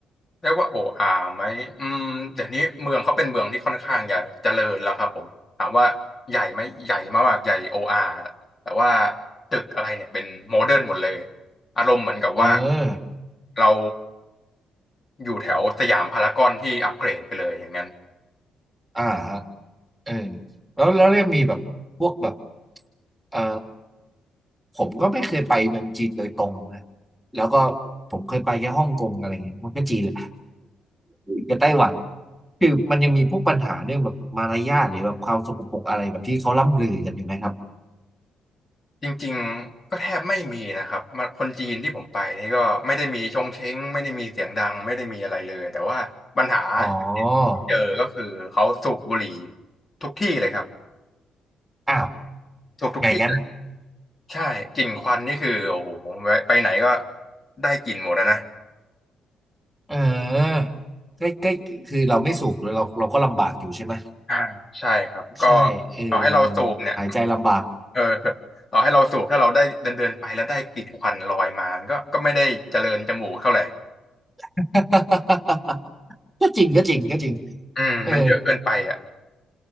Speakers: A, on the left; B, in the centre.
A: เรียกว่าโออาไหมอืมเดี๋ยวนี้เมืองเขาเป็นเมืองที่ค่อนข้างใหญ่เจริญแล้วครับผมถามว่าใหญ่ไหมใหญ่มากๆใหญ่โออาแต่ว่าตึกอะไรเนี่ยเป็นโมเดิร์นหมดเลยอารมณ์เหมือนกับว่า
B: เออ
A: เราอยู่แถวสยามพารากอนที่อัปเกรดไปเลยอย่างนั้น
B: อ่าฮะเออแล้วแล้วยังมีแบบพวกแบบเออผมก็ไม่เคยไปเมืองจีนโดยตรงนะแล้วก็ผมเคยไปแค่ฮ่องกงอะไรอย่างเงี้ยมันก็จีนแหละ กับไต้หวัน คือมันยังมีพวกปัญหาเรื่องแบบมารยาทหรือแบบความสกปรกอะไรแบบที่เขาล่ำลือกันอยู่ไหมครับ
A: จริงๆก็แทบไม่มีนะครับมาคนจีนที่ผมไปนี่ก็ไม่ได้มีชงเช้งไม่ได้มีเสียงดังไม่ได้มีอะไรเลยแต่ว่าปัญหา
B: อ๋อ
A: เจอก็คือเขาสูบบุหรี่ทุกที่เลยครับ
B: อ้าว
A: จบทุกที่เลย
B: ไงงั้น
A: ใช่กลิ่นควันนี่คือโอ้โหไปไหนก็ได้กลิ่นหมดนะนะ
B: เออใกล้ใกล้คือเราไม่สูบเราเราก็ลำบากอยู่ใช่ไหม
A: อ่าใช่ครับก็
B: ใช่เออ
A: ต่อให้เราสูบเนี่ย
B: หายใจลำบาก
A: เออต่อให้เราสูบถ้าเราได้เดินเดินไปแล้วได้กลิ่นควันลอยมาก็ก็ไม่ได้เจริญจมูกเท่าไหร่
B: <laughs> ก็จริงก็จริงก็จริง
A: อืมมันเยอะเกินไปอ่ะ
B: เออ